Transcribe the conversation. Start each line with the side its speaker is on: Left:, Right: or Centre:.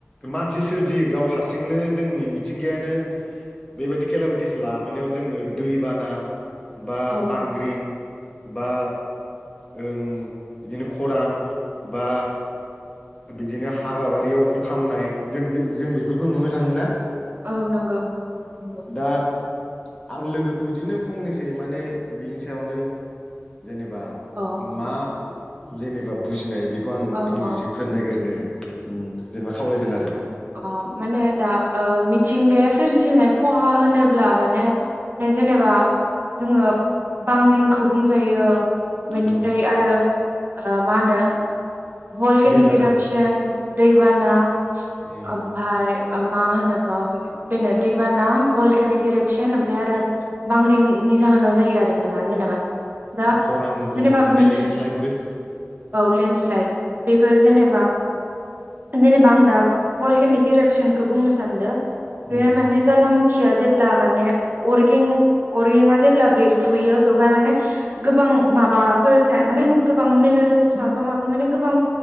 Left: मानसि सोरजियो गाव हारसिंनो जोंनि मिथिंगायानो बेबायदि खेलेमेटिस लाबोनायाव जोङो दैबाना बा
Right: औ
Left: बांग्रिं बा ओं बिदिनो खरां बा बिदिनो हाग्राबारियाव अर खामनाय जों बे जों बेफोरखौ नुनो थाङो ना
Right: औ नोंगौ नोंगौ
Left: दा आं लोगोखौ इदिनो फंनैसो माने बिनि सायावनो जेनेबा
Right: अ
Left: मा जेनेबा बुजिनाय बेख खौ आं
Right: ओं
Left: फंनैसो
Right: अ
Left: गोरनो ओम जेनेबा खावलायदों आरो
Right: अ माने दा ओ मिथिंगाया सोरजिनाय खहा होनोब्ला माने जेनेबा जोङो बांग्रिंखौ बुंजायो बेनिफ्राय
Left: उम
Right: आरो ओ मा होनो भलकेनि
Left: दैबाना
Right: किरपसन दैबाना
Left: उम
Right: ओमफाय ओ मा होनोबा बाव बेनो दैबाना बलकेने गेरेपसन ओमफ्राय आरो बांग्रिंनि जाहोनाव जायो आरोना जेनेबा दा
Left: खरां
Right: जेनेबा
Left: दङ ओमफाय
Right: मिथि
Left: लेन्ड स्लाइदबो
Right: औ लेन्ड स्लाइद बेफोर जेनेबा जेनेबा आं दा बलकेनिक एरेपसनखौ बुंनो सानदों बे
Left: उम
Right: माने जाला मु खिया जेब्ला माने अरगें-अरगेंआ जेब्ला बेरफुयो बेवहाय माने गोबां माबाफोर था माने गोबां मिनारेल्स माबा माबि माने गोबां